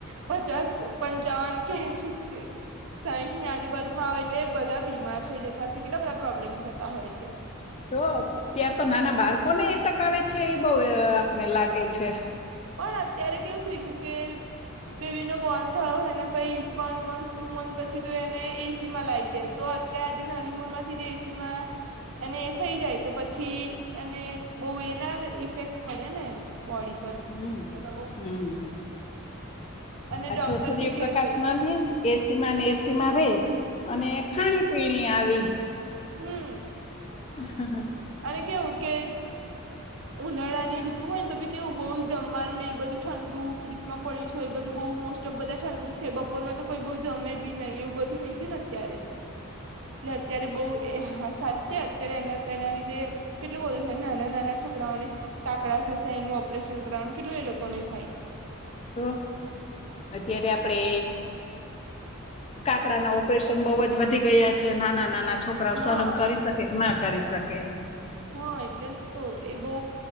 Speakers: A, on the right; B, on the left.
A: પચાસ પંચાવન કે સિક સાયન્સની આજુબાજુમાં આવે એટલે બધા બીમાર થઈ જતા હોય છે કેટલા બધા પ્રોબ્લેમ થતા હોય છે.
B: તો ત્યાર તો નાના બાળકોને એટકાવ છે એ બહુ આપને લાગે છે.
A: પણ અત્યારે કેવું થઈ ગયું કે બેબીનો બોર્ન થયો એને પછી વન મંથ ટુ મંથ પછી તો એને એ સી માં લાવી દે તો ત્યારથી નાની ઉમર માંથી જે એ સી માં એને એ થઈ જાય તો પછી એને બહુ એના ઇફેક્ટ પડે ને એને બોડી પર
B: હમ્મ.
A: હાલો.
B: હમ્મ,
A: અને
B: પાછો
A: ડોક્ટર
B: સૂર્યપ્રકાશ
A: બી કે છે
B: ના લેએે. એ સી માં ને એ સી માં રે અને ખાણી પીણી આવી.
A: હમ્મ.
B: હમ હ
A: અને કેવું કે ઉનાળાની ઋતુ હોય ને તો ભી કેવું બહુ જમવાનું ને એ બધું ઠંડુ ફ્રીજમાં પડી છે એ બધું બહુ મો તો બધા છેન ઠંડુ જ કે બપોરમાં તો કોઈ બધુ જમે બી નહીઈ એવ બધું થઈ ગયુંને અત્યારે
B: <inaudible>
A: તો. એટલે અત્યારે બહુ સાચે છે અત્યારે એના એના લીધે કેટલું બધું થાય નાના નાના છોકરાઓને કાકડા થશે એનું ઓપરેશન કરવાનું કેટલું એ લોકોને થાય.
B: તો, અત્યારે આપડે કાકડા ના ઓપરેશન બઉ જ વધી ગયા છે નાના નાના. છોકરાઓ
A: હા
B: સહન કરી શકે કે ના કરી શકે.
A: હા એટલે જ તો એ બહુ